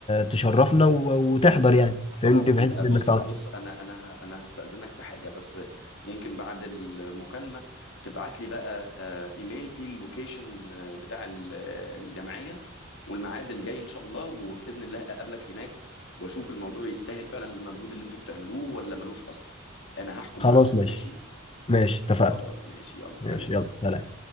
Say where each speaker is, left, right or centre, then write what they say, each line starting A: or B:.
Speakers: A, on the left (about 25°); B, on the left (about 60°).
A: تشرفنا و... وتحضر يعني
B: خلاص
A: فاهمني بحيث
B: يبقى
A: انك
B: بص
A: تعصب
B: بص انا انا ه- انا هستأذنك في حاجة بس ممكن بعد المكالمة تبعت لي بقى آه، ايميل فيه اللوكيشن آه، بتاع ال- الجمعية والميعاد الجاي ان شاء الله وبإذن الله اقابلك هناك واشوف الموضوع يستاهل فعلا المجهود اللي انتوا بتعملوه ولا ملوش اثر انا هحكم
A: خلاص
B: بعدها
A: ماشي
B: ماشي
A: ماشي اتفقنا
B: خلاص ماشي يلا
A: ماشي
B: سلام
A: يلا سلام